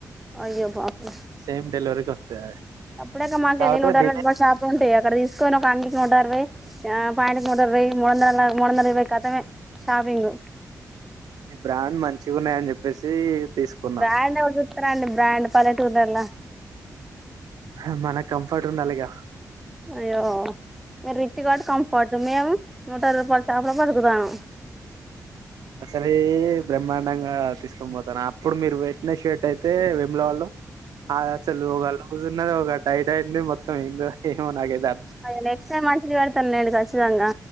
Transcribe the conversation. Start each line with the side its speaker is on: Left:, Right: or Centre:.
Centre: అయ్యో పాపం
Right: సేమ్ డెలివరీకి వస్తది అది
Centre: అప్పుడేగా మాకు
Right: కాకపోతే
Centre: వెళ్ళి నూటరవై
Right: డిలే
Centre: రుపాయాలు షాప్ ఉంటాయి అక్కడ తీసుకొని ఒక అన్ని <unintelligible> నూటరవై ఆ పాయింట్ కి నూటరవై ముడందల మూడొందల ఇరవై కతమే షాపింగు
Right: ఈ బ్రాండ్ మంచిగున్నాయని చెప్పేసి తీసుకున్నా
Centre: బ్రాండ్ ఎవరు చూత్త రండి బ్రాండ్ పల్లెటూర్లల
Right: హ మన కంఫర్ట్ ఉండలిగా
Centre: అయ్యో మీరు రిచ్ కాబట్టి కంఫర్ట్ మేము నూటరవై రూపాయలు షాప్ లో బతుకుతాన్నము
Right: అదే బ్రహ్మాండంగా తీసుకొని పోతాన్న అప్పుడు మీరు పెట్టిన షర్ట్ అయితే వెేముల వాళ్ళో అవి అస్సలు ఒగ లూజ్ ఉన్నది ఒగ టైట్ వస్తాయి అండి మొత్తం ఏంది వస్తాయో ఏమో నాకె
Centre: అయ్యో నెక్స్ట్ టై మంచిది పెడతం లేండి కచ్చితంగా